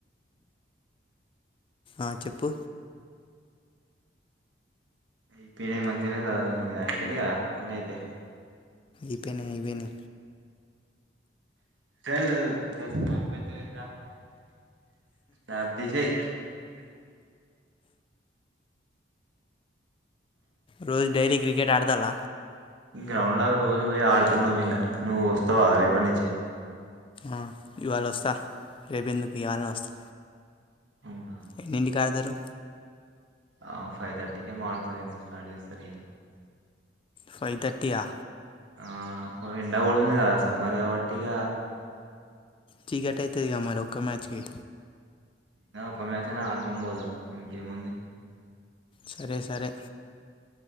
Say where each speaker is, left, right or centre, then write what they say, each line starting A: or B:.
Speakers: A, on the left; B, on the right.
A: ఆ చెప్పు
B: అయిపోయినాయి మంచిగానే చవ అయిపోయింది కదా అన్నీ అయితే
A: ఇపోనే ఇపోనే
B: సర దస్ స
A: రోజ్ డైలీ క్రికెట్ ఆడదాల్ల
B: గ్రౌండ్ లాగా రోజు పోయి ఆడుతున్నా ఇగ నువ్ వస్తావా రేప్ ప్పనిచ్చి
A: అ ఇవాళ ఒస్తా రేవెందుకు ఇవాళనె వస్తా
B: అవును
A: ఎన్ని కాదరు
B: ఆ ఫైవ్ థర్టీకే ఆడుతారేమో స్టార్ట్ చేస్తారు ఇగ
A: ఫై థర్టీ యా
B: ఆ ఎండ గొడుతుంది కదా సమ్మర్ కాబ ఇగ
A: చీకటితాదిగా ఇగ మరి ఒకే మ్యాచ్కి
B: ఇకా ఒక మ్యాచ్ అయినా ఆడుకో పోదాం ఇంకేముంది
A: సరే సరే